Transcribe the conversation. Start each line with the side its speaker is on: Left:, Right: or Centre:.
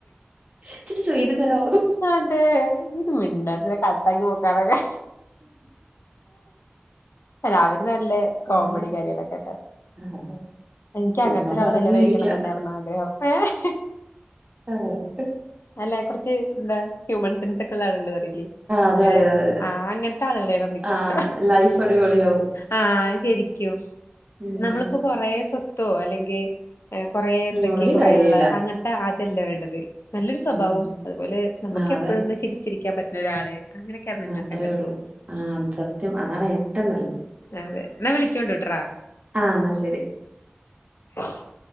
Right: ഇച്ചിരി സൌര്യം തരാവോന്ന്
Left: അതെ. ഒന്ന് മിണ്ടാതിരുന്നെ കട്ടാക്കി പോക്കാന്നൊക്കെ. അല്ല അവര് നല്ല
Right: ഉം
Left: കോമഡി കാര്യങ്ങളൊക്കെയാട്ടോ
Right: അതെ
Left: എനിക്കങ്ങനത്തെ
Right: ചുമ്മാ
Left: ഒരാളെ
Right: പറഞ്ഞു
Left: കല്ല്യാണം
Right: ചിരിക്ക
Left: കഴിക്കണംന്ന് തന്നെയായിരുന്നു ആഗ്രഹം. ഏഹ്.
Right: ആഹ് ട്ട്
Left: അല്ല കുറച്ച് എന്താ ഹ്യൂമൻ സെൻസ് ഒക്കെ ഉള്ള ആളുകള് ല്ലേ,
Right: അതെ
Left: അങ്ങനെ
Right: അതെ അതെ അതെ
Left: ആഹ് അങ്ങനത്തെ ആളുകളെയാ എനിക്ക്
Right: ആഹ്
Left: ഇഷ്ടം.
Right: ലൈഫ് അടിപൊളിയാവും
Left: ആഹ് ശരിക്കും.
Right: ഉം
Left: നമ്മളിപ്പൊ കൊറേ സ്വത്തോ അല്ലെങ്കിൽ കുറേ എന്തൊക്കെ
Right: ഉം ഒരു
Left: കൊറേള്ള
Right: കാര്യല്ല
Left: അങ്ങനത് ത്തെ അതല്ല വേണ്ടത്. നല്ലൊരു സ്വഭാവം
Right: ഉം
Left: അതുപോലെ നമുക്ക്
Right: ആ അതെ
Left: എപ്പോഴൊന്ന് ചിരിച്ചിരിക്കാൻ പറ്റുന്ന ഒരാള് അങ്ങനെയൊക്കെയായിരുന്നു എന്റെ
Right: അത്രയേള്ളു.
Left: ഒരു സങ്കല്പം
Right: ആഹ് സത്യം. അതാണ് ഏറ്റവും നല്ലത്.
Left: അതെ. എന്ന വിളിക്കോണ്ടു ട്ട്രാ.
Right: ആഹ് എന്നാ ശരി.
Left: ഉം.